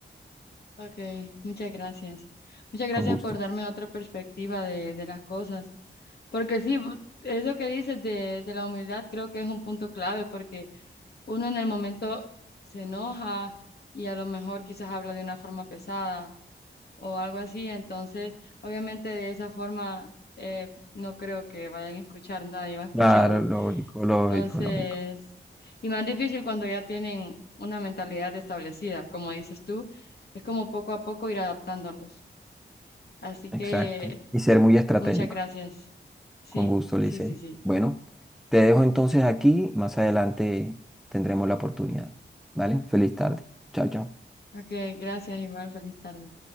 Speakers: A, on the left; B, in the centre.
A: Ok, muchas gracias. Muchas gracias
B: Con gusto.
A: por darme otra perspectiva de, de las cosas. Porque sí, bu- eso que dices de, de la humildad creo que es un punto clave porque uno en el momento se enoja y a lo mejor quizás habla de una forma pesada o algo así. Entonces, obviamente de esa forma eh, no creo que vayan a escuchar, nadie va a escucharnos.
B: Claro, lógico, lógico,
A: Entonces,
B: lógico.
A: y más difícil cuando ya tienen una mentalidad establecida, como dices tú, es como poco a poco ir adaptándolos. Así
B: Exacto.
A: que
B: Y ser muy estratégicos.
A: muchas gracias. Sí,
B: Con gusto, Licen.
A: sí, sí, sí.
B: Bueno, te dejo entonces aquí. Más adelante tendremos la oportunidad, ¿vale? Feliz tarde. Chao, chao.
A: Ok, gracias, igual, feliz tarde.